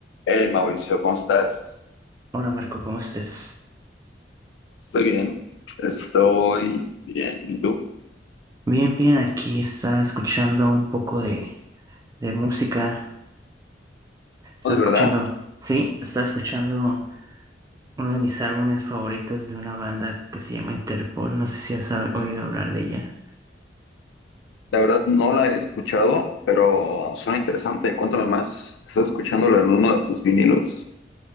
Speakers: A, on the left; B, on the right.
A: Hey Mauricio, ¿cómo estás?
B: Hola Marco, ¿cómo estás?
A: Estoy bien, estoy bien. ¿Y tú?
B: Bien, bien, aquí está escuchando un poco de, de música. Está
A: Oh, de
B: escuchando,
A: verdad,
B: sí, está escuchando uno de mis álbumes favoritos de una banda que se llama Interpol. No sé si has a- oído hablar de ella.
A: la verdad no la he escuchado, pero suena interesante. Cuéntame más. ¿Estás escuchándolo en uno de tus vinilos?